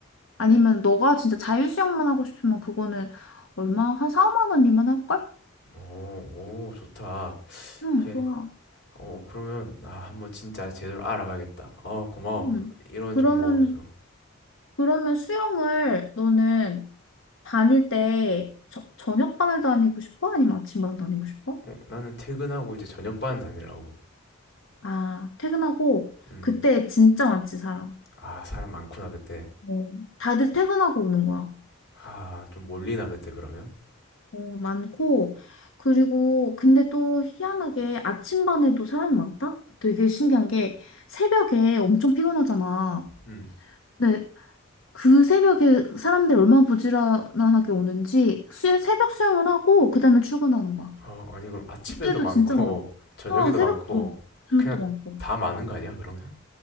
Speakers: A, on the left; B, on the left.
A: 아니면 너가 진짜 자유수영만 하고 싶으면 그거는 얼마 한 4, 5만 원이면 할걸?
B: 오, 오, 좋다.
A: 응,
B: 그게
A: 좋아.
B: 어, 그러면, 아, 한번 진짜 제대로 알아봐야겠다. 어, 고마워.
A: 응.
B: 이런
A: 그러면
B: 정보 좀.
A: 그러면 수영을 너는 다닐 때 저, 저녁반을 다니고 싶어? 아니면 아침반을 다니고 싶어?
B: 어, 나는 퇴근하고 이제 저녁반 다니려고.
A: 아, 퇴근하고
B: 음.
A: 그때 진짜 많지 사람.
B: 아, 사람 많구나, 그때.
A: 어, 다들 퇴근하고 오는 거야.
B: 아, 좀 몰리나, 그때, 그러면?
A: 어, 많고, 그리고, 근데 또 희한하게 아침반에도 사람이 많다? 되게 신기한 게, 새벽에 엄청 피곤하잖아.
B: 음.
A: 근데 그 새벽에 사람들이 얼마나 부지런하게 오는지, 수, 새벽 수영을 하고, 그 다음에 출근하는 거야.
B: 어, 아니, 그럼 아침에도
A: 이때도
B: 많고,
A: 진짜 많아.
B: <laughs> 저녁에도
A: 어, 새벽도
B: 많고,
A: 많고, 저녁도
B: 그냥
A: 많고.
B: 다 많은 거 아니야, 그러면?